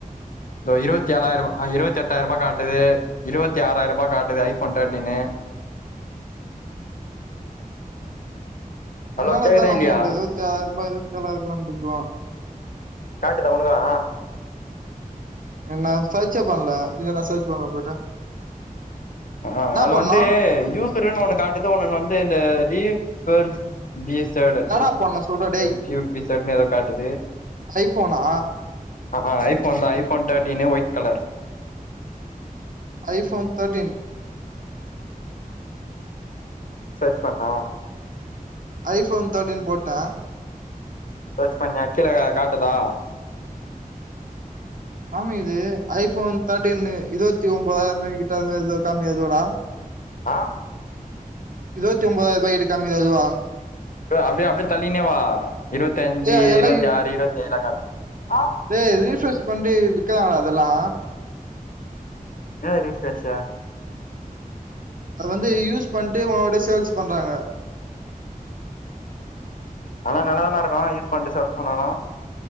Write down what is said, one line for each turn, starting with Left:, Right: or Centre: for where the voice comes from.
Left: இருவத்தி ஏழாயிரூவா அ இருவத்தி எட்டாயிரூபா காட்டுது இருவத்தி ஆறாயிரரூபா காட்டுது ஃஐபோன் தேர்ட்டினனு ஹலோ
Right: என்னால
Left: கேக்குதா
Right: இத்தா நம்ம
Left: இல்லையா
Right: முடில இருவத்தி ஆறாயிரூபா இருவத்தி ஏழாயிரம்னு இருக்குமா
Left: காட்டுதா உன்னுதா
Right: இது நா சர்ச்சே பண்ணல இத நா சர்ச் பண்ணுற போட்ட
Left: அ ஆ அது
Right: பண்ணு
Left: வந்து யூ <unintelligible> காட்டுது இன்னொன்னு வந்து இந்த ரில்ஸ் வெர்ஸ் பிசட
Right: என்னடா பண்ணு சொல்றா டேய்
Left: பூ <unintelligible> பிசதனு எதோ காட்டுது
Right: ஐஃபோனா
Left: ஆ ஆ ஐஃபோன் தா iPhone thirteen white colour
Right: iPhone thirteen
Left: search பண்ணா
Right: ஐபோன் தேர்ட்டீன் போட்ட
Left: சர்ச் பண்ணிய கீழ காட்டுதா
Right: ஆமா இது ஐஃபோன் தேர்டீன் இருவத்தி ஒம்பதாயிர கிட்ட அது இது கம்மி அதுவாடா <inaudible>
Left: ஆ
Right: இருவத்தி ஒம்போதாய்ரூபாய்க்கு இருக்காமே அது இதுவா
Left: அப்டியே அப்டியே தள்ளினேவா இருவத்தி அஞ்சு
Right: டேய் அது எல்லா
Left: இருவத்தி ஆறு இருவத்தி ஏழு கா ஆ
Right: டே ரீஃப்ரெஷ் பண்ணி விற்கதாங்கடா அதெல்லா
Left: ஏ ரிஃப்ரஷா
Right: அது வந்து யூஸ் பண்ணிட்டேவு அப்டியே சேல்ஸ் பண்றாங்க
Left: ஆனா நல்லாதான இருக்கு யூஸ் பண்ட்டு சேல்ஸ் பண்ணாலு